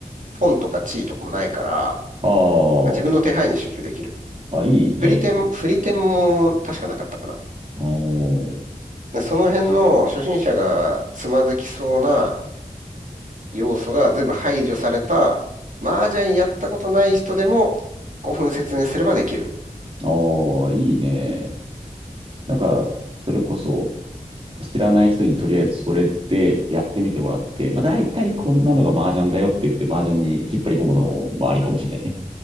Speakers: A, on the right; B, on the right.
A: ポンとか地位とかもないから、
B: あー
A: まあ、自分の手配に集中できる。
B: あ、いいね。
A: 振り点、振り点も確かなかったかな。
B: おー、
A: でその辺の初心者がつまずきそうな要素が全部排除された、麻雀やったことない人でも5分説明すればできる。
B: あーいいね。なんか、それこそ、知らない人にとりあえずそれでやってみてもらって、まあ大体こんなのが麻雀だよって言って麻雀に引っ張り込むのもありかもしれないね。